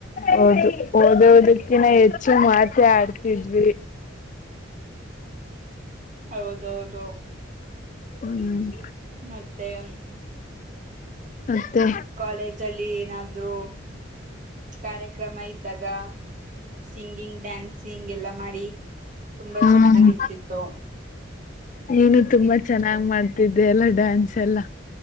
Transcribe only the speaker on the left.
ಹೌದು ಓದೋದಕ್ಕಿನ ಹೆಚ್ಚು ಮಾತೆ ಆಡ್ತಿದ್ವಿ.
ಹ್ಮ್
ಮತ್ತೆ
ಹ್ಮ್
ನೀನು ತುಂಬಾ ಚೆನ್ನಾಗ್ ಮಾಡ್ತಿದ್ದೆ ಎಲ್ಲ ಡ್ಯಾನ್ಸ್ ಎಲ್ಲ.